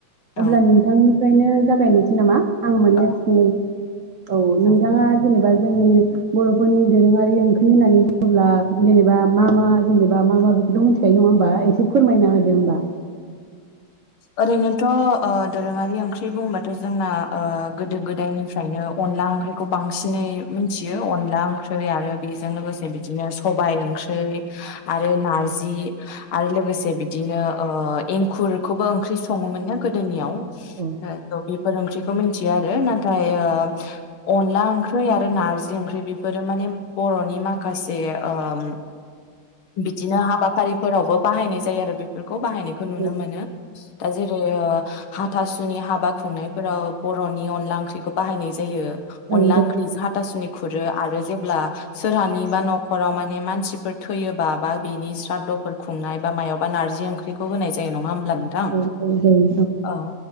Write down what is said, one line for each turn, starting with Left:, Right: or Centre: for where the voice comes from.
Left: औ
Right: अब्ला नोंथां निफ्रायनो जागायनोसै नामा? आं माने
Left: औ
Right: सों औ नोंथाङा
Left: औ
Right: जेनेबा जोंनि बर'फोरनि दोरोङारि ओंख्रि होननानै बुङोब्ला जेनेबा मा मा जेनेबा मा मा बेखौथ' मिथिखायो नङा होमबा एसे फोरमायना होदो होमबा।
Left: ओरैनोथ' ओ दोरोङारि ओंख्रि बुंबाथ' जोंना ओ गोदो गोदायनिफ्रायनो अनला ओंख्रिखौ बांसिनै मिथियो अनला ओंख्रि आरो बेजों लोगोसे बिदिनो सबाय ओंख्रै आरो नारजि आरो लोगोसे बिदिनो ओ एंखुरखौबो ओंख्रि सङोमोननो गोदोनियाव
Right: औ
Left: बेफोर ओंख्रि मोनथियो आरो नाथाय ओ अनला ओंख्रै आरो नारजि ओंख्रै बेफोरो माने बर'नि माखासे ओम बिदिनो हाबाफारिफोरावबो बाहायनाय जायो आरो बेफोरखौ बाहायनाय नुनो
Right: औ
Left: मोनो। दा जेरै ओ हाथासुनि हाबा खुंनायफोराव बर'नि अनला ओंख्रिखौ बाहायनाय जायो।
Right: औ
Left: अनला
Right: जायो
Left: ओंख्रिजो हाथासुनि खुरो आरो जेब्ला सोरहानि बा न'खराव माने मानसिफोर थैयोबा बा बिनि स्रादफोर खुंनाय बा मायावबा नारजि ओंख्रि खौ होनाय जायो नङा होनब्ला? नोंथां
Right: औ औ जायो
Left: औ